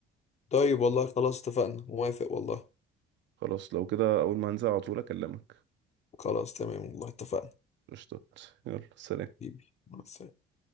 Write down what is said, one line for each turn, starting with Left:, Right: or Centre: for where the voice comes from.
Left: طيب والله خلاص اتفقنا موافق والله
Right: خلاص لو كده أول ما هنزل على طول أكلمك
Left: خلاص تمام والله اتفقنا
Right: قشطات يلا سلام
Left: حبيبي مع السلامة